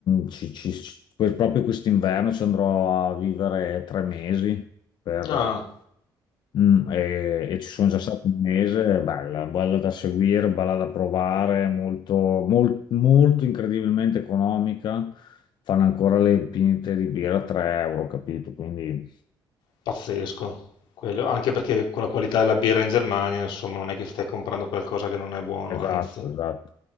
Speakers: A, on the left; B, on the left.
A: ci- ci- ci- que- proprio quest'inverno ci andrò a vivere tre mesi per-
B: Ah.
A: mm, e, e ci sono già stato un mese, è bella, bella da seguire, bella da provare, molto, mol- molto incredibilmente economica, fanno ancora le pinte di birra a 3 euro, capito? Quindi
B: Pazzesco, quello, anche perché con la qualità della birra in Germania, insomma, non è che stai comprando qualcosa che non è buono,
A: esatto,
B: anzi.
A: esatto.